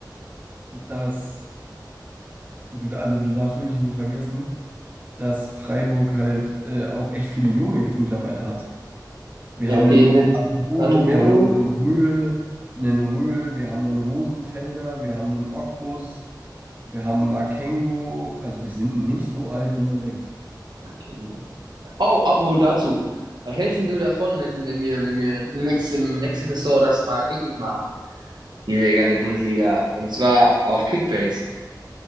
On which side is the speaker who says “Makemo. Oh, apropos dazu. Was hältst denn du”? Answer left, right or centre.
Right